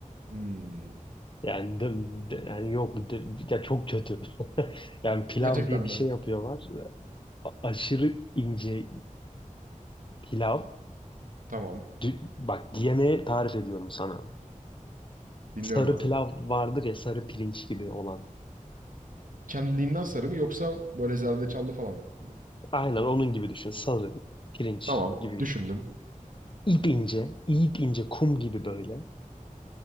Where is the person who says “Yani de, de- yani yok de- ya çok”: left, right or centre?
Left